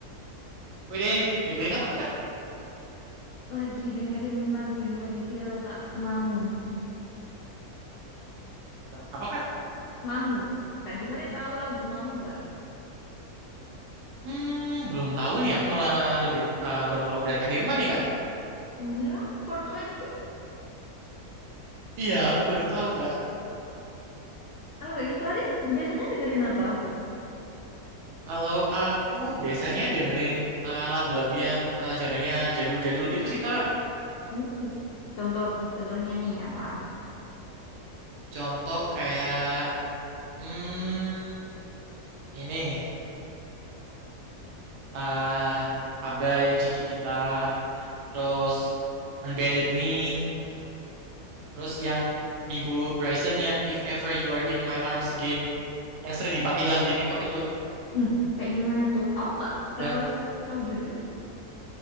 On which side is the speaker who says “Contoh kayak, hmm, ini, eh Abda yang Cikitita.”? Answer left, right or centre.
Right